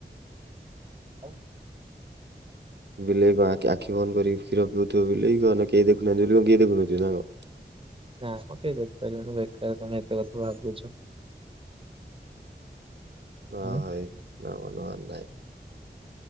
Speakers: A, on the right; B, on the right.
A: <inaudible>
B: ବିଲେଇ ବା ଆଖି ବନ୍ଦ କରି କ୍ଷୀର ପିଉଥିବ ବୋଲି <unintelligible> କେହି ଦେଖୁହାନ୍ତି ବୋଲି କଣ କେହି ଦେଖୁନଥିବେ ନା କଣ।
A: ନା ମ କେହି ଦେଖିପାରିବିନି ବେକାର ତମେ ଏତେ କଥା ଭାବୁଛ।
B: <unintelligible>
A: ହୁଁ